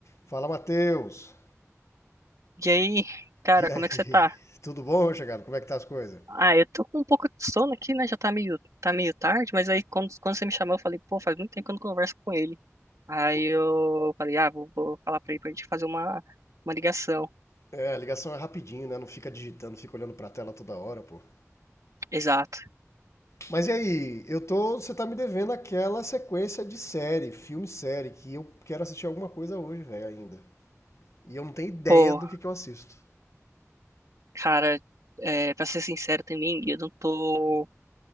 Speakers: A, on the left (about 65°); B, on the right (about 80°).
A: Fala, Matheus!
B: E aí, cara,
A: E aí?
B: como é que você tá?
A: Tudo bom, meu chegado? Como é que tá as coisas?
B: Ah, eu tô com um pouco de sono aqui, né? Já tá meio, tá meio tarde, mas aí quando, quando você me chamou, eu falei, pô, faz muito tempo que eu não converso com ele. Aí
A: Pô,
B: eu falei, ah, vou, vou falar pra ele pra gente fazer uma, uma ligação.
A: É, a ligação é rapidinho, né? Não fica digitando, fica olhando pra tela toda hora, pô.
B: Exato.
A: Mas e aí? Eu tô, você tá me devendo aquela sequência de série, filme e série, que eu quero assistir alguma coisa hoje, velho, ainda. E eu não tenho ideia
B: Pô,
A: do que que eu assisto.
B: cara, é, pra ser sincero também, eu não tô,